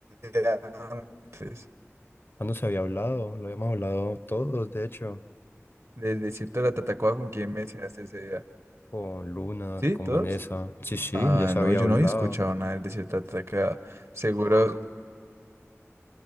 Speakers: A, on the right; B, on the left.
A: día antes?
B: Cuando se había hablado, lo habíamos hablado todos, de hecho,
A: Del desierto de la Tatacoa, ¿con quién mencionaste ese día?
B: con Luna,
A: ¿Sí?
B: con
A: ¿Todos?
B: Vanessa. Sí, sí,
A: Ah,
B: ya se
A: no,
B: había
A: yo
B: hablado.
A: no había escuchado nada del desierto de Atacama. Seguro.